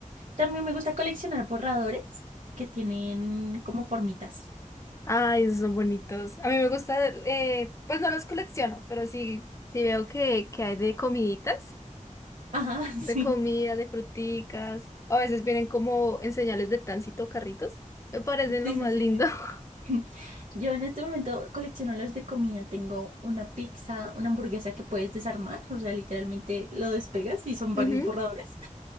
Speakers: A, on the right; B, on the left.
A: También me gusta coleccionar borradores que tienen como formitas.
B: ay, esos son bonitos. A mí me gusta, eh, pues no los colecciono, pero sí, sí veo que, que hay de comiditas.
A: Ajá,
B: de
A: <laughs> sí.
B: comida, de fruticas. A veces vienen como en señales de tránsito carritos. Me parecen lo
A: Sí,
B: más
A: sí, sí,
B: lindo.
A: sí.
B: <laughs>
A: <laughs> Yo en este momento colecciono los de comida. Tengo una pizza, una hamburguesa que puedes desarmar, o sea, literalmente lo despegas y son
B: Ujú,
A: varios borradores.